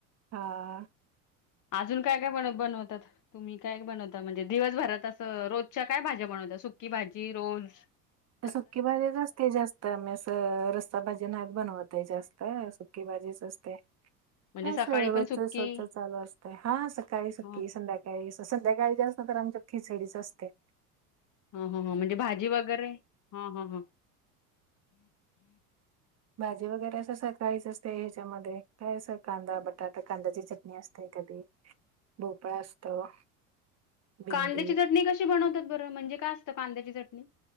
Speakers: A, on the right; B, on the left.
A: हा.
B: अजून काय काय बन बनवतात. तुम्ही काय बनवता म्हणजे दिवसभरात असं रोजच्या काय भाज्या बनवता सुक्की भाजी रोज, ह.
A: सुकी भाजीचं असते जास्त तर मी अस रस्ता भाजी नाहीत बनवत जास्त सुकी भाजीच असते.
B: म्हणजे
A: काय
B: सकाळी
A: अस रोजच
B: पण सुकी
A: रोच चालू असतय हा सकाळी सुकी
B: ह
A: संध्याकाळी का संध्याकाळी जास्त तर आमच्या खिचडीच असत्या.
B: ह ह म्हणजे भाजी वगैरे ह ह ह.
A: भाजी वगैरे असं सकाळीच असते ह्याच्यामध्ये काय अस कांदा बटाटा कांद्याची चट असते कधी भोपळा असतो. भेंडी
B: कांद्याची चटणी कशी बनवतात बरं म्हणजे काय असतं कांद्याची चटणी